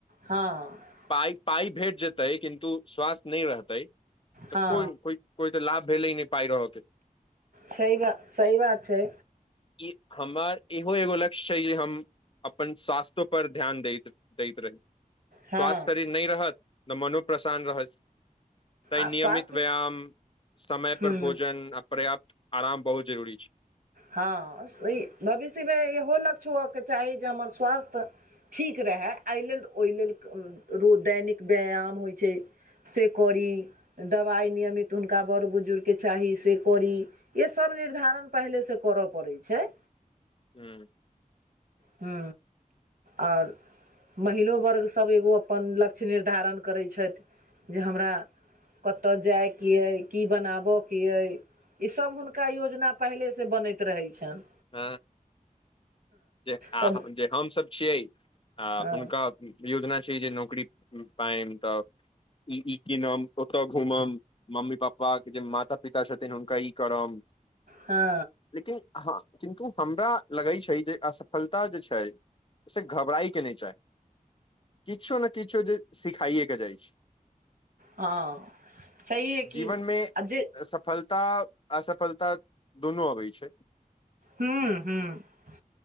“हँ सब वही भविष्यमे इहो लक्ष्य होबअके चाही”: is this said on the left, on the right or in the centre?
Right